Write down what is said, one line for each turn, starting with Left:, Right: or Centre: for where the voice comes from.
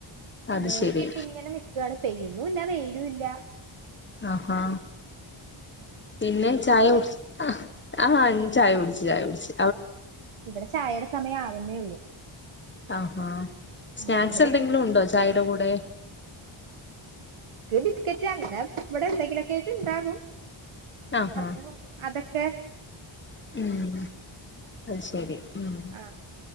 Left: അത്
Right: മൂടികെട്ടിങ്ങനെ
Left: ശരി
Right: നിക്കാണ് പെയ്യുന്നു ഇല്ല വെയിലു ഇല്ല
Left: ആഹാ പിന്നെ ചായ കുടിച ആഹ് ആ ചായകുടിച്ചു ചായ ചായകുടിച്ചു
Right: ഇവിടെ ചായയുടെ സമയം ആവ - വുന്നെ ഉള്ളൂ
Left: ആഹാ സ്നാക്സ്
Right: ആ ഇവിടെ
Left: എന്തെങ്കിലും ഉണ്ടോ ചായയുടെ കൂടെ
Right: ഇത് ബിസ്ക്കറ്റ് അങ്ങനെ ഇവിടെ എന്തെങ്കിലുമൊക്കെ ആയിട്ട് ഉണ്ടാകും-
Left: ആഹാ
Right: അപ്പോ അതക്ക്- ക്കെ-
Left: ഉം- അത് ശരി- ഉം
Right: ആ